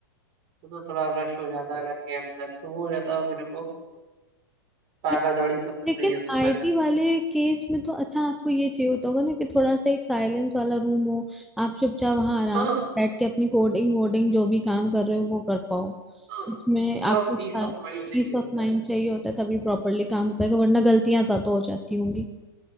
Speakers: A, on the right; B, in the centre.
A: उसमें बड़ा रश हो जाता है घर के अंदर तो वो ज्यादा मेरे को भागा
B: लेकिन
A: दौड़ी पसंद
B: लेकिन
A: नहीं है सुबह
B: आईटी
A: से
B: वाले केस में तो अच्छा आपको ये चाहिए होता होगा ना कि थोड़ा सा एक साइलेंस वाला रूम हो आप चुपचाप वहां आराम
A: हाँ
B: से बैठ के अपनी कोडिंग वोडिंग जो भी काम कर रहे हो वो कर पाओ
A: हाँ
B: इसमें
A: थोड़ा
B: आपको
A: पीस ऑफ माइंड चाहिए
B: पीस ऑफ
A: होता
B: माइंड
A: है
B: चाहिए होता है तभी प्रॉपरली काम हो पाएगा वरना गलतियां सा तो हो जाती होंगी